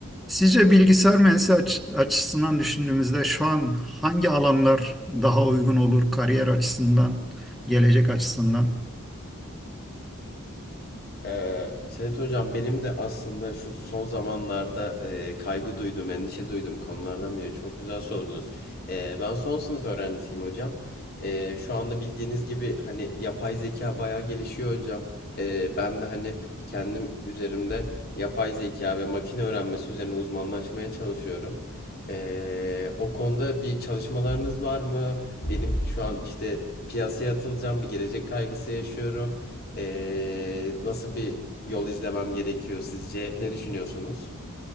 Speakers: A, in the centre; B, on the left.
A: Sizce bilgisayar mühendisi aç- açısından düşündüğümüzde şu an hangi alanlar daha uygun olur kariyer açısından, gelecek açısından?
B: Ee, Sedat Hocam benim de aslında şu son zamanlarda e, kaygı duyduğum, endişe duyduğum konulardan biri. Çok güzel sordunuz. Ee, ben son sınıf öğrencisiyim hocam. Ee, şu anda bildiğiniz gibi hani yapay zeka bayağı gelişiyor hocam. Ee, ben de hani kendim üzerimde yapay zeka ve makine öğrenmesi üzerine uzmanlaşmaya çalışıyorum. Ee, o konuda bir çalışmalarınız var mı? Benim şu an işte piyasaya atılacağım bir gelecek kaygısı yaşıyorum. Ee, nasıl bir yol izlemem gerekiyor sizce? Ne düşünüyorsunuz?